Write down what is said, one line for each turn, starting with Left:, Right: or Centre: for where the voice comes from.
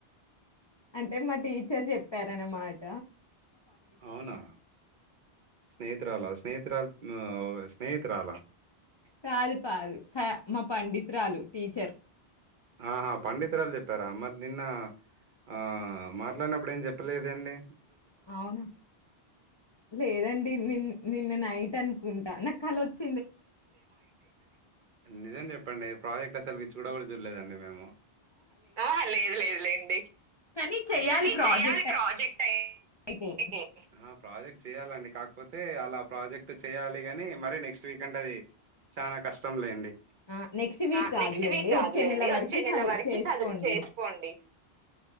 Left: అంటే మా టీచర్ చెప్పారన్నమాట
Right: అవునా స్నేహితురాల స్నేహితురా ఒ స్నేహితురాల
Left: కాదు కాదు మా పండితురాలు టీచర్
Right: ఆహా పండితురాలు చెప్పారా మరి నిన్న ఆ మాట్లాడినప్పుడు ఏం చెప్పలేదెండి
Left: అవును లేదండి నిన్న నిన్న నైట్ అంత కుంట నాకు కళ వచ్చి
Right: నిజం చెప్పండి ప్రాజెక్ట్ అసలు చుడా కూడా చూడలేదండి మేము ఆహా లేదు లేదు లేండి
Left: కానీ చెయ్యాలి
Right: కానీ
Left: ప్రాజెక్ట్
Right: చెయాలి ప్రాజెక్ట్
Left: అయితే.
Right: ఐతే ప్రాజెక్ట్ చేయాలండి కాకపోతే అలా ప్రాజెక్ట్ చేయాలి గాని మరి నెక్స్ట్ వీక్ ఎందుకంటే అది చానా కష్టం లేండి
Left: ఆ! నెక్స్ట్ వీక్
Right: ఆ
Left: కాదులెండి.
Right: నెక్స్ట్ వీక్ కాదులేండి
Left: వచ్చే నెల వరకి
Right: వచ్చే నెల
Left: చదువు
Right: వరకి
Left: చేసుకోండి.
Right: చదువ్ చేసుకోండి